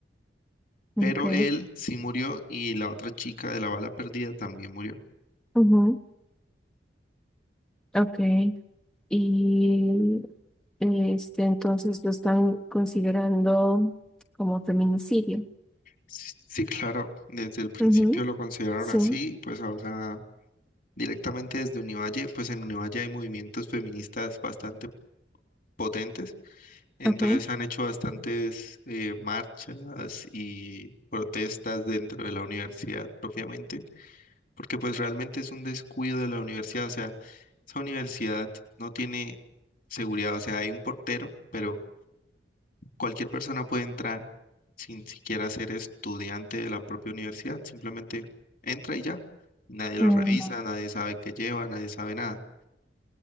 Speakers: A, on the left (about 55°); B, in the centre.
A: Pero
B: Ok.
A: él sí murió y la otra chica de la bala perdida también murió.
B: ujú, Ok. Y este, entonces lo están considerando como feminicidio.
A: Sí, sí, claro, desde el principio
B: Ujú,
A: lo consideraron
B: Sí,
A: así, pues ahora directamente desde Univalle, pues en Univalle hay movimientos feministas bastante potentes, entonces
B: ok.
A: han hecho bastantes eh, marchas y protestas dentro de la universidad propiamente porque pues realmente es un descuido de la universidad, o sea, esa universidad no tiene seguridad, o sea, hay un portero, pero cualquier persona puede entrar sin siquiera ser estudiante de la propia universidad, simplemente entra y ya, nadie lo
B: Ah,
A: revisa, nadie sabe qué lleva, nadie sabe nada.